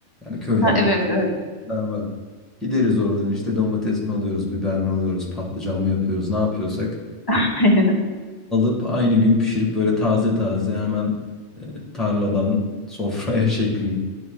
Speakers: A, in the centre; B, on the left (about 20°).
A: Yani köylerde
B: Ha, evet evet.
A: pazar var. Gideriz oradan işte domates mi alıyoruz, biber mi alıyoruz, patlıcan mı yapıyoruz, ne yapıyorsak
B: <laughs>
A: alıp aynı gün pişirip böyle taze taze hemen e, tarladan sofraya <laughs> şeklinde.